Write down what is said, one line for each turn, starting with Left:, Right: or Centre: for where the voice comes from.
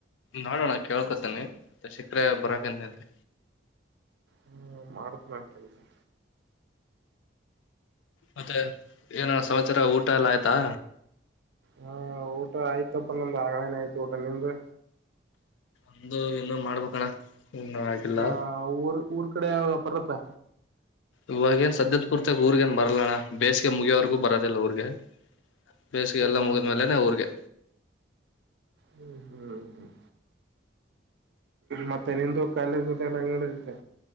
Left: ನೋಡೋಣ ಕೇಳ್ಕೊತೇನೆ ಮತ್ತೆ ಸಿಕ್ರೆ ಬರೋಕಂತಂತೆ.
Right: ಹ್ಮ್ ಮಾಡತ್ನ ಅಂತ ಇರು.
Left: ಮತ್ತೆ ಏನ ಸಮಾಚರ ಊಟ ಎಲ್ಲ ಆಯ್ತಾ?
Right: ಹಾ ಊಟ ಆಯ್ತಪ್ಪ ನಮ್ದ್ ಆಗ್ಲನೆ ಆಯ್ತು ಊಟ ನಿಮ್ದು?
Left: ನಮ್ದು ಇನ್ನು ಮಾಡ್ಬೇಕಣ ಇನ್ನೂ ಆಗಿಲ್ಲ
Right: ಹ ಊರ್ ಊರ್ ಕಡೆ ಯಾವ್ಗ ಬರದ?
Left: ಇವಾಗ ಏನ್ ಸದ್ಯದ್ ಪೂರ್ತಕ ಊರ್ಗೇನ್ ಬರಲ್ಲಣ ಬೇಸಿಗೆ ಮುಗಿಯೋವರ್ಗೂ ಬರೋದಿಲ್ಲ ಊರ್ಗೆ. ಬೇಸಿಗೆ
Right: ಹೌದಾ
Left: ಎಲ್ಲ ಮುಗಿದ್ಮೇಲೆನೆ ಉರ್ಗೆ.
Right: ಹ್ಮ್ ಹ್ಮ್ ಹ್ಮ್ ಮತ್ತೆ ನಿಂದು ಕಾಲೇಜ್ ಇದೆಲ್ಲ ಹೆಂಗ್ ನಡಿತೖತೆ?